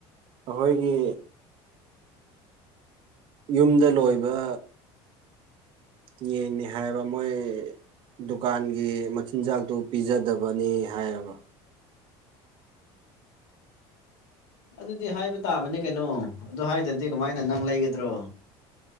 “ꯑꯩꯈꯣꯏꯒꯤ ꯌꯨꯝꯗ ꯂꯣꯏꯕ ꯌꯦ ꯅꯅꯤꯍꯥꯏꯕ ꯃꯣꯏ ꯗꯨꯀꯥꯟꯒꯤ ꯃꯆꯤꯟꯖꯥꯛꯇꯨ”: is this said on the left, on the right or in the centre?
Right